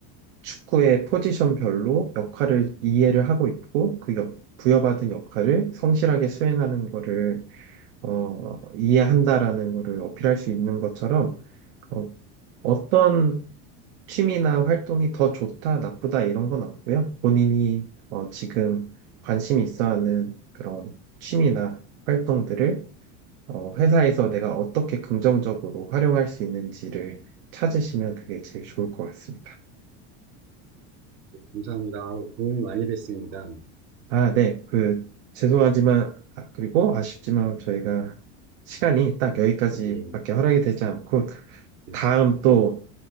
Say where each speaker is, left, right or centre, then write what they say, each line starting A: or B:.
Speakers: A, on the right; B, on the right.
A: 축구의 포지션별로 역할을 이해를 하고 있고 그 역- 부여받은 역할을 성실하게 수행하는 거를 어, 이해한다라는 거를 어필할 수 있는 것처럼 어, 어떤 취미나 활동이 더 좋다, 나쁘다 이런 건 없고요. 본인이 어, 지금 관심이 있어 하는 그런 취미나 활동들을 어, 회사에서 내가 어떻게 긍정적으로 활용할 수 있는지를 찾으시면 그게 제일 좋을 것 같습니다.
B: 감사합니다. 아우, 도움이 많이 됐습니다.
A: 아, 네. 그, 죄송하지만, 아, 그리고 아쉽지만 저희가 시간이 딱 여기까지밖에
B: 예,
A: 허락이 되지 않고,
B: 예,
A: 다음 또